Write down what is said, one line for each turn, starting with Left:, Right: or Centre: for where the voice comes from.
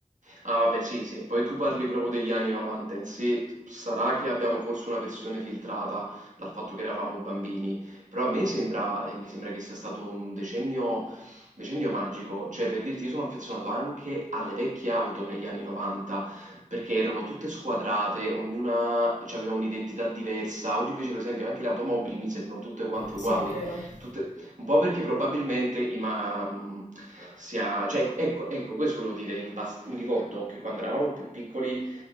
Right: Ah vabbè sì sì, poi tu parli proprio degli anni 90 in sé, sarà che abbiamo forse una versione filtrata dal fatto che eravamo bambini, però a me sembra, e mi sembra che sia stato un decennio, decennio magico, cioè per dirti io sono affezionato anche alle vecchie auto negli anni 90, perché erano tutte squadrate, ognuna aveva un'identità diversa, oggi invece per esempio anche le automobili mi sembrano tutte quante
Left: Sì,
Right: uguali,
Left: è vero.
Right: tutte- un po' perché probabilmente i ma mhmm, sia cioè ecco ecco questo volevo dire, impas mi ricordo che quando eravamo più piccoli